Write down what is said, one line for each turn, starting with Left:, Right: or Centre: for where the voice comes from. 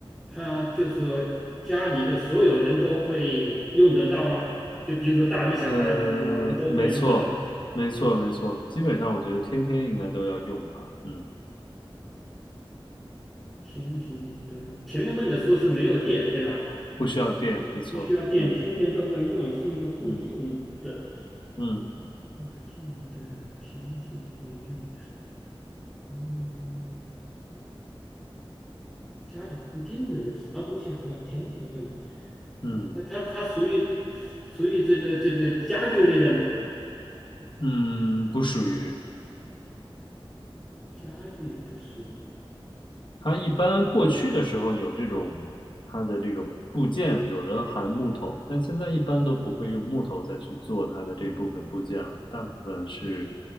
Centre: 它就说家里的所有人都会用得到吗？就比如说大人、
Left: 呃，
Centre: 小孩、老人都会用得到吗？
Left: 没错，没错，没错，基本上我觉得天天应该都要用吧，嗯，
Centre: 天天都，前面问的说是没有电，对吧？
Left: 不需要电，没错，
Centre: 不需要电，
Left: 嗯
Centre: 天天都会用，是一个固定的，
Left: 嗯嗯
Centre: 固定的，天天会用。嗯，家里固定的有啥东西还要天天会用？它它它它属于
Left: 嗯
Centre: 属于这个这个家具类的嘛？
Left: 嗯嗯，不属于，
Centre: 家具也不属于，
Left: 它一般过去的时候有这种，它的这个部件有的含木头，但现在一般都不会用木头再去做它的这部分部件了，大部分是